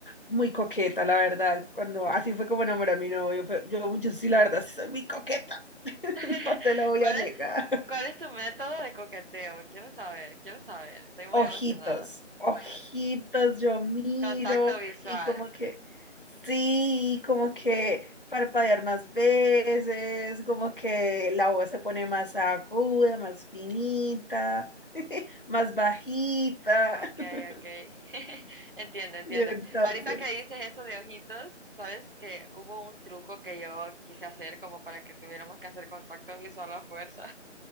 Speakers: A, on the left; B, on the right.
A: muy coqueta, la verdad. Cuando así fue como enamoré a mi novio, fue- yo, yo sí, la verdad, sí soy muy coqueta. <laughs>
B: <laughs>
A: No te lo voy
B: ¿Cuál
A: a negar.
B: es, cuál es tu método de coqueteo? Quiero saber, quiero saber. Estoy muy
A: ojitos,
B: emocionada.
A: ojitos, yo miro
B: Contacto visual.
A: y como que, sí, como que parpadear más veces, como que la voz se pone más aguda, más finita, <laughs> más bajita.
B: Ok,
A: <laughs>
B: ok. <laughs> Entiendo, entiendo.
A: Y entonces,
B: Ahorita que dices eso de ojitos, sabes que hubo un truco que yo quise hacer como para que tuviéramos que hacer contacto visual a fuerza.